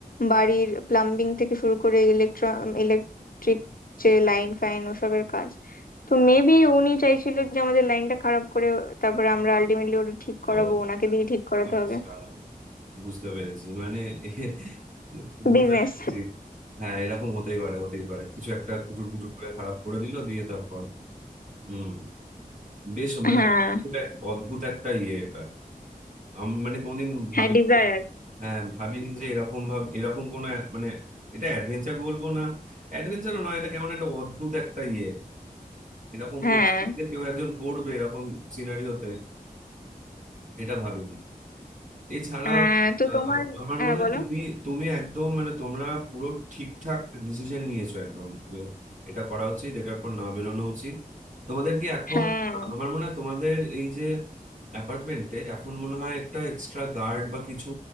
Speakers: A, on the left; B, on the right.
A: বাড়ির প্লাম্বিং থেকে শুরু করে ইলেকট্রা ইলেকট্রিক যে লাইন ফাইন ওসবের কাজ তো মেবি উনি চাইছিল যে আমাদের লাইনটা খারাপ করে তারপরে আমরা আলটিমেটলি ওটা ঠিক করাবো
B: ও
A: ওনাকে দিয়ে ঠিক করাতে
B: আচ্ছা
A: হবে
B: বুঝতে পেরেছি মানে <laughs> এ- বুঝতে
A: বিজনেস
B: পেরেছি হ্যাঁ এরকম হতেই পারে হতেই পারে কিছু একটা কুটুর কুটুর করে খারাপ করে দিল দিয়ে তারপর হুম বেশ মানে
A: হ্যাঁ
B: অদ্ভুত এক- অদ্ভুত একটা ইয়ে এটা আমি মানে কোনোদিন
A: হ্যাঁ
B: ভাবি
A: ডিজায়ার
B: যে হ্যাঁ ভাবিনি যে এরকম ভাব এরকম কোনো এক- মানে এটা অ্যাডভেঞ্চার বলবো না অ্যাডভেঞ্চারও নয় এটা কেমন একটা অদ্ভুত একটা ইয়ে এরকম
A: হ্যাঁ
B: পরিস্থিতিতে কেউ একজন পড়বে এরকম সিনারিওতে এটা ভাবিনি এছাড়া
A: হ্যাঁ তো
B: আ-
A: তোমার
B: আ- আমার
A: হ্যাঁ
B: মনে হয়
A: বলো
B: তুমি তুমি একদম মানে তোমরা পুরো ঠিকঠাক ডিসিশন নিয়েছো একদম যে এটা করা উচিত এটার পর না বেরোনো উচিত তোমাদের কি এখন
A: হ্যাঁ
B: আ, আমার মনে হয় তোমাদের এই যে অ্যাপার্টমেন্টে এখন মনে হয় একটা এক্সট্রা গার্ড বা কিছু